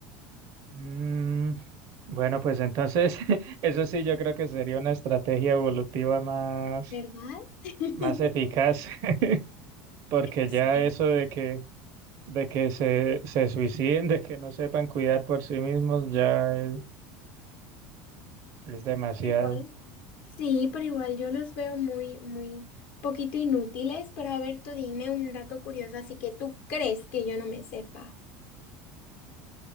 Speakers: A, on the right; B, on the left.
A: Mm, bueno, pues entonces, <laughs> eso sí, yo creo que sería una estrategia evolutiva más,
B: ¿verdad? <laughs>
A: más eficaz, <laughs> porque
B: Sí.
A: ya eso de que, de que se, se suiciden, de que no sepan cuidar por sí mismos, ya es es demasiado.
B: Pero igual. Sí, pero igual yo los veo muy, muy poquito inútiles, pero a ver, tú dime un dato curioso, así que tú crees que yo no me sepa.